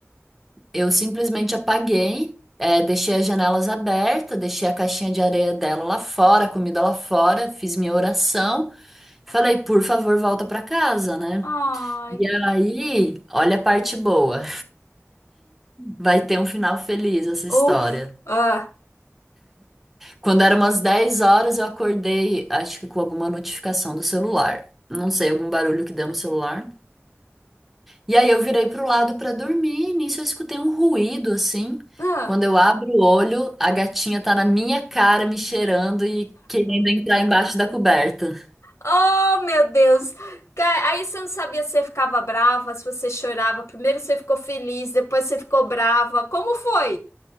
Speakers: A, in the centre; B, on the left (about 85°).
A: Eu simplesmente apaguei, eh, deixei as janelas abertas, deixei a caixinha de areia dela lá fora, a comida lá fora, fiz minha oração. Falei, por favor, volta pra casa, né?
B: Ai.
A: E aí, olha a parte boa. Vai ter um final feliz essa história.
B: Uf. Ah.
A: Quando eram umas 10 horas, eu acordei, acho que com alguma notificação do celular. Não sei, algum barulho que deu no celular. E aí eu virei pro lado pra dormir, e nisso eu escutei um ruído assim.
B: ah.
A: Quando eu abro o olho, a gatinha tá na minha cara me cheirando e querendo entrar embaixo da coberta.
B: Oh, meu Deus! Ca- Aí você não sabia se você ficava brava, se você chorava. Primeiro você ficou feliz, depois você ficou brava. Como foi?